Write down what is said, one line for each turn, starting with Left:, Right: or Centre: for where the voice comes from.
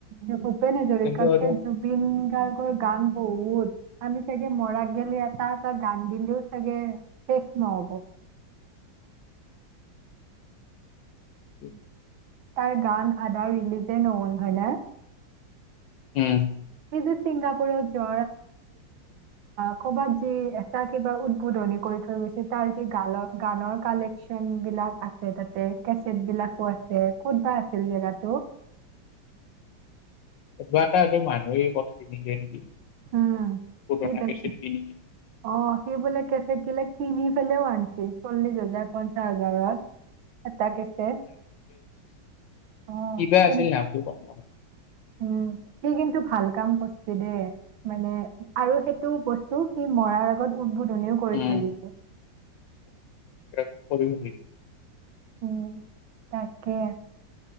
Right: যে ভূপেন হাজৰিকাতকে
Left: কিন্তু এইটো
Right: জুবিন গাৰ্গৰ। গান বহুত আমি চাগে মৰাত গেলে এটাত আতা গান দিলে আকে শেষ নহব।
Left: উম
Right: তাৰ গান আদা ৰিলিজে নহ'ল হয় নে।
Left: উম
Right: সি ছিংগাপুৰত <inaudible> কৰ'বাত যি এটা কিবা উদ্বোধনী কৰি থৈ গৈছে তাৰ যি গানৰ গানৰ কালেকচন বিলাক আছে তাতে কেচেট বিলাকো আছে ক'ত বা আছিল জেগাটো।
Left: কবা এটাটো <unintelligible> মানুহেই বি নিছে নেকি।
Right: উম
Left: পুৰণা
Right: সি বেচে
Left: কেছেট কিনি কিনি
Right: অ সি বোলে কেচেট গিলেক কিনিকেনেও আনিছে চলিশ হাজাৰ পঞ্চাশ হাজাৰত এটা কেছেট। অ'।
Left: কিবা
Right: কিন-
Left: আছিল নামটো কম
Right: উম সি কিন্তু ভাল কাম কৰছে দেই মানে আৰু সেইটো বস্তু সি মৰাৰ আগত উ উধনিও কৰি
Left: উম
Right: থৈ গৈছে।
Left: তাৰপিছত
Right: উম তাকে